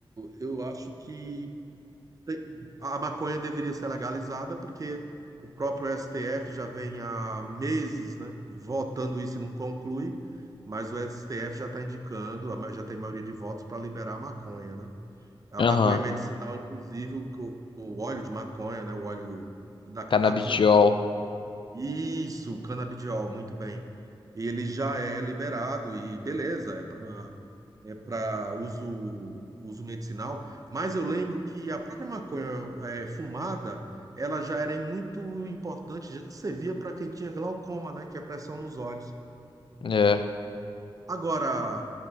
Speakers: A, on the right; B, on the left.
A: eu acho que te- a maconha deveria ser legalizada porque o próprio STF já vem há meses, né, votando isso e não conclui, mas o STF já está indicando, a ma- já tem maioria de votos para liberar a maconha, né? A
B: aham.
A: maconha medicinal, inclusive, o, o óleo de maconha, né? O óleo da cannabis,
B: Canabidiol.
A: né? Isso, canabidiol, muito bem. Ele já é liberado e beleza, é para é para uso, uso medicinal, mas eu lembro que a própria maconha é, fumada, ela já era muito importante, já servia para quem tinha glaucoma, né? Que é a pressão nos olhos.
B: É.
A: Agora,